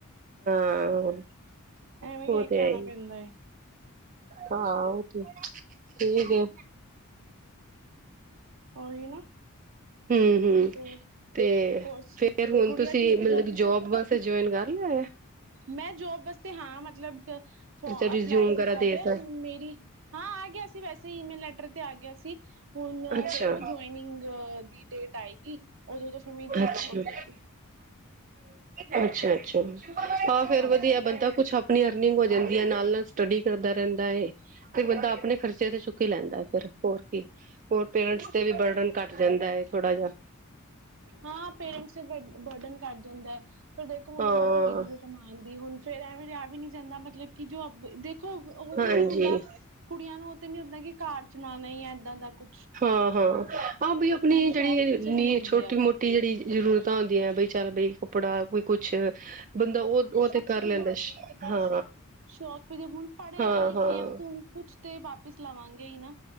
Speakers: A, on the right; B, on the right.
A: ਹਾਂ
B: ਐਵੇਂ
A: ਉਹ
B: ਕਹਿ ਕੇ
A: ਤੇ ਹੈ
B: ਆਉਣਾ
A: ਹੀ
B: ਪੈਂਦਾ
A: ਐ।
B: ਹੈ
A: ਹਾਂ ਉਹ ਤੇ, ਠੀਕ ਹੈ
B: ਔ ਹੀ ਨਾ
A: ਹੂ ਹੂ,
B: ਹੋਰ
A: ਤੇ
B: ਹੋਰ
A: ਫੇਰ ਹੁਣ
B: ਗੁੜੀਆ
A: ਤੁਸੀਂ
B: ਠੀਕ
A: ਮਤਲਬ
B: ਹੈ ਤੁਹਾਡੀ
A: ਕੀ, ਜੋਬ ਵਾਸਤੇ ਫਿਰ ਜੋਇਨ ਕਰੱ ਲੇਯਾ ਹੋਯਾ
B: ਮੈਂ ਜੋਬ ਵਾਸਤੇ ਹਾਂ ਮਤਲਬ ਫੋ
A: ਅੱਛਾ ਰਿਜ਼ਿਊਮ
B: ਅਪਲਾਈ
A: ਵਗੈਰਾ
B: ਕੀਤਾ
A: ਦੇਤਾ
B: ਪਿਆ, ਹੁਣ ਮੇਰੀ ਹਾਂ ਆ ਗਿਆ ਸੀ ਵੈਸੇ, ਈਮੇਲ ਲੈਟਰ ਤੇ ਆ ਗਿਆ ਸੀ ਹੁਣ
A: ਅੱਛਾ।
B: ਦੇਖੋ ਜੁਆਇਨਿੰਗ ਦੀ ਡੇਟ ਆਏਗੀ, ਉਦੋਂ ਤੋਂ ਫਿਰ ਮੇਰੀ ਜੁਇਨਿੰਗ
A: ਅੱਛਾ।
B: ਹੋ ਜਾਏਗੀ।
A: ਅੱਛਾ ਅੱਛਾ, ਹਾਂ ਫੇਰ
B: ਹਾਂਜੀ
A: ਵਧੀਆ, ਬੰਦਾ ਕੁਛ ਆਪਣੀ ਅਰਨਿੰਗ ਹੋ ਜਾਂਦੀ ਹੈ, ਨਾਲ ਨਾਲ ਸਟੱਡੀ ਕਰਦਾ ਰਹਿੰਦਾ ਹੈ। ਫਿਰ ਬੰਦਾ, ਆਪਣੇ ਖਰਚੇ ਤੇ ਚੁੱਕ ਹੀ ਲੈਂਦਾ ਫਿਰ ਹੋਰ ਕੀ ਹੋਰ ਪੇਰੈਂਟਸ ਤੇ ਵੀ ਬਰਡਨ ਘੱਟ ਜਾਂਦਾ ਹੈ, ਥੋੜਾ ਜਿਹਾ।
B: ਹਾਂ ਪੇਰੈਂਟਸ, ਤੇ ਬਰਡਨ ਕਟ ਜਾਂਦਾ ਹੈ। ਹੁਣ ਦੇਖੋ ਹੁਣ
A: ਹਾਂ
B: ਉਮਰ ਥੋੜੀ ਤੇ ਹੋ ਹੀ ਗਈ ਹੈ, ਕਮਾ ਹਾਂਜੀ, ਹੁਣ ਫੇਰ ਐਵੇਂ ਰਿਆ ਵੀ ਨੀ ਜਾਂਦਾ, ਮਤਲਬ ਕਿ ਜੋ ਅਬ, ਦੇਖੋ ਉਹ
A: ਹਾਂਜੀ
B: ਤੇ ਨੀ ਹੁੰਦਾ ਕੁੜੀਆਂ ਨੂੰ ਉਹ ਤੇ ਨੀ ਹੁੰਦਾ, ਕਿ ਕਾਰ ਚਲਾਣਾ ਈ, ਏਦਾਂ ਦਾ ਕੁ
A: ਹਾਂ-ਹਾਂ, ਆਹ ਬੀ ਅਪਣੀ
B: ਸ਼ੌਕ
A: ਜੇਹੜੀ
B: ਪਿੱਛੇ ਕਮਾਉਂਦੇ
A: ਨੀ, ਛੋਟੀ
B: ਆ
A: ਮੋ ਟੀ ਜੇਹੜੀ ਜਰੂਰਤਾਂ ਹੁੰਦੀਆਂ, ਬਈ ਚੱਲ ਬਈ ਕੱਪੜਾ ਕੋਈ ਕੁਛ ਬੰਦਾ ਉਹ
B: ਹਾਂ ਸ਼ੌਛਕ
A: ਉਹ ਤੇ ਕਰ ਲੈਂਦਾ
B: ਮਾਰਦੀਆਂ ਤੇ ਬਸ,
A: ਹਾਂ
B: ਸ਼ੌਕ ਵੀ ਵੇ ਹੁਣ ਪੜ੍ਹੇ
A: ਹਾਂ
B: ਆ, ਲਿਖੇ
A: ਹਾਂ
B: ਆ, ਤੇ ਹੁਣ ਕੁਛ ਤੇ ਵਾਪਿਸ ਲਵਾਂਗੇ ਹੀ ਨਾ।